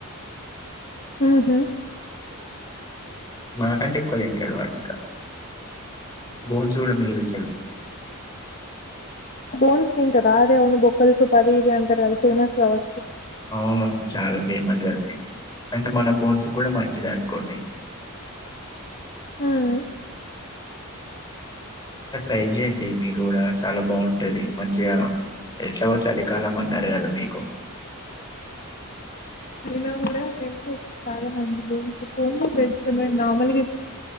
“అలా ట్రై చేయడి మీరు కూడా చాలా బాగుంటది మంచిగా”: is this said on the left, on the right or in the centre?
Left